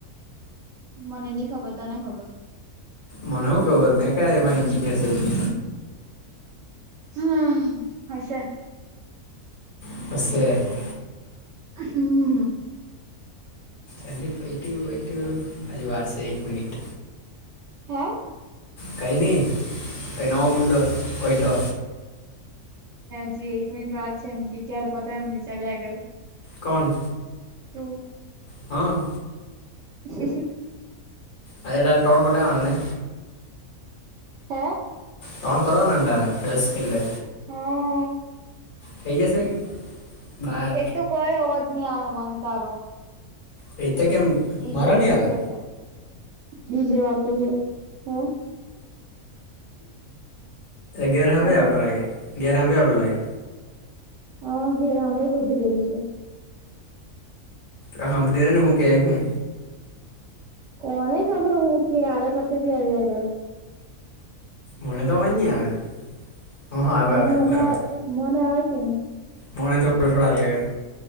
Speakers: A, on the right; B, on the left.
A: મને નહ ખબર તને ખબર?
B: મનેવ ગબર મે ક એમાં એન્જિનિયર કર્યૂ.
A: હા હશે
B: પ <inaudible>
A: હમ
B: તલી વૈટું વૈટું અજવાર છે એક મિનિટ.
A: હા
B: કઈ નહી કઈ નવા મુદ્દો હોય તો?
A: હજી એક મિનિટ વાર છે એમ કે ક્યારે પતા એમ વિચાર્યાગર?
B: કોન?
A: તો?
B: હા
A: શ <inaudible>
B: અરે ડાક ટઉણ પોટેવા વાણ ને?
A: હા
B: તણ કરવાના અઢારા દસ એટલે
A: હા
B: થઈ જશે કે? બાર
A: એક તો કઈ અવાજ નહી આવે મને તારો?
B: રટ કેમ?
A: બીજે
B: મારો નહી
A: વા
B: આવે
A: છે એટલે બીજે વાગત છે. હ
B: ગેર હમે
A: હલો
B: અલો લાગે ગેર હમે અલોગ લાગે?
A: હ ઘેર હામે જ ઉભી રહેલી છે.
B: હા બધરેને હો કે આ હું?
A: કોને ખબર હું કેયાર પતે પી આવી્યા ઘરે?
B: મને તો અવાજ નહી આવે હ હ આવે આવે
A: મને
B: બરાબર
A: મને આવે કે નહી
B: મને થોડા થોડા આ આવી કરે.